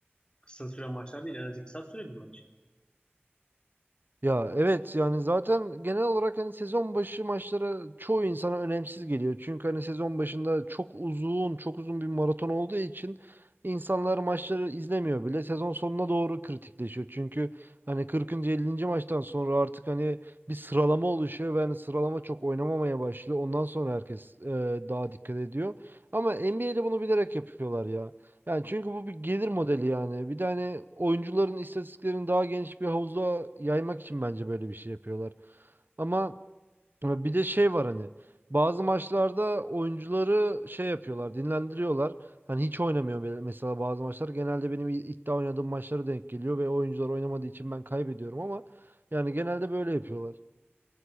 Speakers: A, on the left (about 25°); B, on the right (about 55°).
A: kısa süren maçlar değil. En az iki saat süre bir maç.
B: Ya evet yani zaten genel olarak hani sezon başı maçları çoğu insana önemsiz geliyor. Çünkü hani sezon başında çok uzun, çok uzun bir maraton olduğu için insanlar maçları izlemiyor bile. Sezon sonuna doğru kritikleşiyor. Çünkü hani 40. 50. maçtan sonra artık hani bir sıralama oluşuyor ve hani sıralama çok oynamamaya başlıyor. Ondan sonra herkes e, daha dikkat ediyor. Ama NBA'de bunu bilerek yapıyorlar ya. Yani çünkü bu bir gelir modeli yani. Bir de hani oyuncuların istatistiklerini daha geniş bir havuza yaymak için bence böyle bir şey yapıyorlar. Ama e, bir de şey var hani bazı maçlarda oyuncuları şey yapıyorlar, dinlendiriyorlar. Hani hiç oynamıyor be- mesela bazı maçlar. Genelde benim i- iddia oynadığım maçlara denk geliyor ve oyuncular oynamadığı için ben kaybediyorum ama yani genelde böyle yapıyorlar.